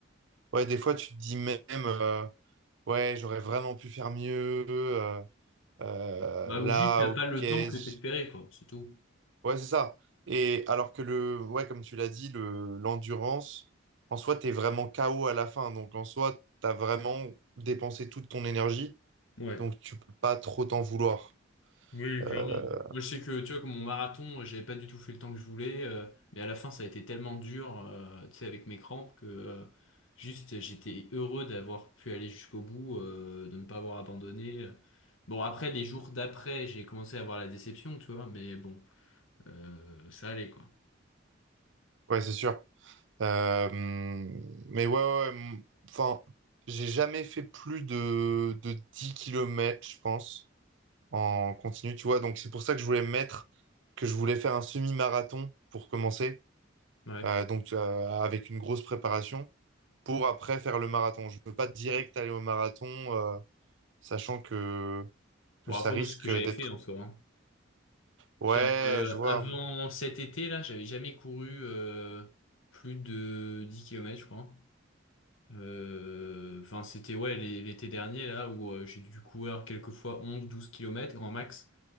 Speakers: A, on the right; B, on the left.
A: ouais, des fois, tu te dis même, euh, ouais, j'aurais vraiment pu faire mieux. euh, euh,
B: Bah,
A: là,
B: ou juste, t'as
A: ok.
B: pas le
A: j-
B: temps que t'espérais, quoi, c'est tout.
A: Ouais, c'est ça. Et alors que le, ouais, comme tu l'as dit, le, l'endurance, en soi, t'es vraiment KO à la fin. Donc, en soi, t'as vraiment dépensé toute ton énergie.
B: Ouais.
A: Donc, tu peux pas trop t'en vouloir.
B: Oui,
A: Euh,
B: clairement. Moi, je sais que, tu vois, comme mon marathon, euh, j'avais pas du tout fait le temps que je voulais, euh, mais à la fin, ça a été tellement dur, euh, tu sais, avec mes crampes, que euh, juste, j'étais heureux d'avoir pu aller jusqu'au bout, euh, de ne pas avoir abandonné. Bon, après, les jours d'après, j'ai commencé à avoir la déception, tu vois, mais bon, euh, ça allait, quoi.
A: ouais, c'est sûr. Euh, mais ouais, ouais, ouais, m- enfin, j'ai jamais fait plus de, de dix kilomètres je pense. en continu, tu vois. Donc c'est pour ça que je voulais me mettre, que je voulais faire un semi-marathon pour commencer,
B: Ouais.
A: euh, donc euh, avec une grosse préparation, pour après faire le marathon. Je ne veux pas direct aller au marathon, euh, sachant que, que
B: Bon,
A: ça
B: après,
A: risque
B: moi, c'est ce que j'avais
A: d'être...
B: fait en soi. hein.
A: Ouais,
B: Genre, euh,
A: je vois.
B: avant cet été, là, j'avais jamais couru euh, plus de 10 kilomètres, je crois. Euh, Enfin, c'était ouais l'é- l'été dernier là où euh, j'ai dû courir quelquefois onze, douze kilomètres, grand max.